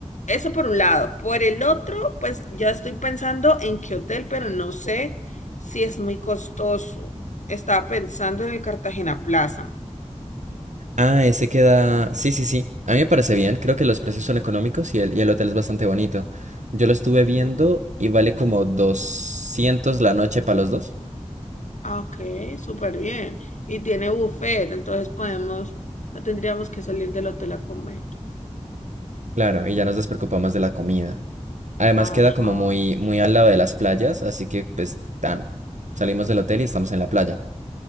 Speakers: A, on the left; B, on the right.
A: eso por un lado. Por el otro, pues ya estoy pensando en qué hotel, pero no sé si es muy costoso. Estaba pensando en el Cartagena Plaza.
B: Ah, ese queda... Sí, sí, sí. A mí me parece bien, creo que los precios son económicos y el, y el hotel es bastante bonito. Yo lo estuve
A: Sí.
B: viendo y vale como 200 la noche para los dos.
A: Ah, Ok, súper bien. Y tiene buffet, entonces podemos, no tendríamos que salir del hotel a comer.
B: Claro, y ya nos despreocupamos de la comida. Además
A: Ajá.
B: queda como muy, muy al lado de las playas, así que pues tan, salimos del hotel y estamos en la playa.